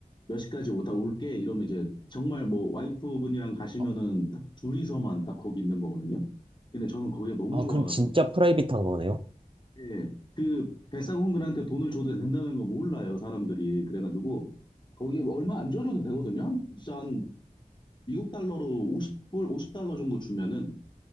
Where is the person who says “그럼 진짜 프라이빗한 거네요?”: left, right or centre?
Right